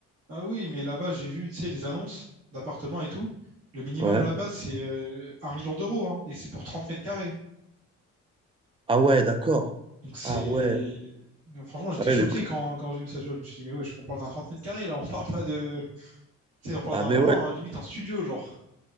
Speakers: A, on the right (about 55°); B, on the right (about 20°).
A: Ah oui, mais là-bas, j'ai vu, tu sais, les annonces d'appartements et tout. Le minimum
B: Ouais.
A: là-bas, c'est euh, un million d'euros, hein, et c'est pour 30 mètres carrés.
B: Ah ouais, d'accord.
A: Donc c'est.
B: Ah ouais.
A: Franchement, j'étais
B: Ah ouais,
A: choqué
B: les prix.
A: quand, quand j'ai vu ça, tu vois. Je me suis dit, mais wesh, on parle d'un 30 mètres carrés, là, on parle pas de. Tu sais, on parle
B: Ah
A: d'un
B: mais
A: vraiment,
B: ouais.
A: hein, limite, un studio, genre.